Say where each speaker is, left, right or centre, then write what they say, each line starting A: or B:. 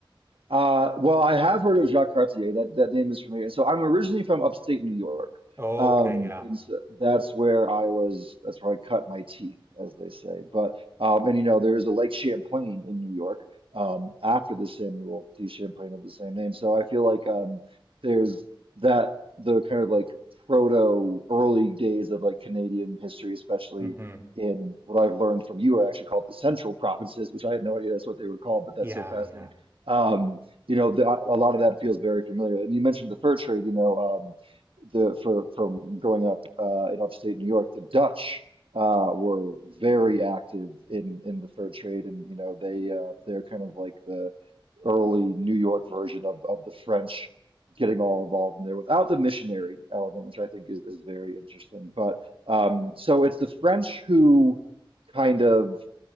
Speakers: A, on the right; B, on the right.
A: Uh, well, I have heard of Jacques Cartier. That that name is familiar. So I'm originally from upstate New York.
B: Okay,
A: Um,
B: yeah.
A: and so that's where I was. That's where I cut my teeth, as they say. But um, and you know, there is a Lake Champlain in New York um, after the Samuel D. Champlain of the same name. So I feel like um, there's that the kind of like proto early days of like Canadian history, especially
B: hmm
A: in what I've learned from you, are actually called the Central Provinces, which I had no idea that's what they were called, but that's
B: Yeah,
A: so fascinating.
B: yeah.
A: Um, you know, the, a lot of that feels very familiar. And you mentioned the fur trade, you know, um, the for from growing up uh, in upstate New York, the Dutch uh, were very active in in the fur trade, and you know, they uh, they're kind of like the early New York version of of the French getting all involved in there without the missionary element, which I think is is very interesting. But um, so it's the French who kind of